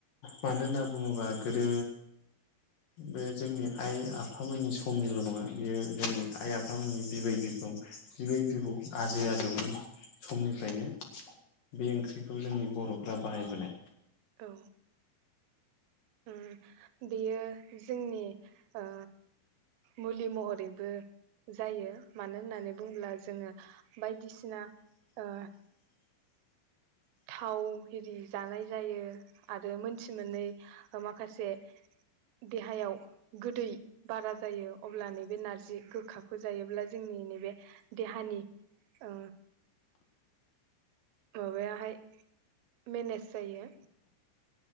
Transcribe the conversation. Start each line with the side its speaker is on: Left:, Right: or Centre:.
Left: मानो होनना बुङोबा गोदो बे जोंनि आइ आफामोननि समनिल' नङा बियो जोंनि आइ आफामोननि बिबै बिबौ बिबै बिबौ आजै आजौनि समनिफ्रायनो बे ओंख्रिखौ जोंनि बर'फोरा बाहायबोनाय
Right: औ उम बेयो जोंनि ओ मुलि महरैबो जायो मानो होननानै बुङोब्ला जोङो बायदिसिना ओ थाव आरि जानाय जायो आरो मोनथि मोननै माखासे देहायाव गोदै बारा जायो अब्ला नैबे नारजि गोखाखौ जायोब्ला जोंनि नैबे देहानि ओ माबायाहाय मेनेज जायो